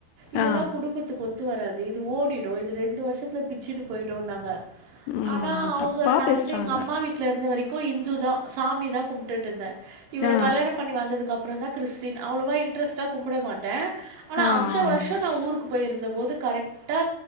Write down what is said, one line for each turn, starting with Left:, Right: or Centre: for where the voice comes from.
Right: இதெல்லா
Left: ஆ,
Right: குடும்பத்துக்கு ஒத்து வராது இது ஓடிடு இது ரெண்டு வருஷத்துல பிச்சின்டு போயிடு நாங்க
Left: ஆ,
Right: ஆனா அவங்க
Left: தப்பா
Right: நா
Left: பேசுறாங்க.
Right: வந்து எங்க அம்மா வீட்ல இருந்து வரைக்கு இந்து தா சாமி தா கும்ட்டுட்டு இருந்த இவர
Left: ஆ, ஆ.
Right: கல்யாணம் பண்ணி வந்ததுக்கு அப்பறோ தா கிறிஸ்டின் அவ்ளோவா இன்ரெஸ்ட கும்பிட மாட்ட ஆனா
Left: ஆ,
Right: அந்த
Left: ஆ,
Right: வருஷோ
Left: சரி.
Right: நா ஊருக்கு போயிருந்த போது கரெக்டா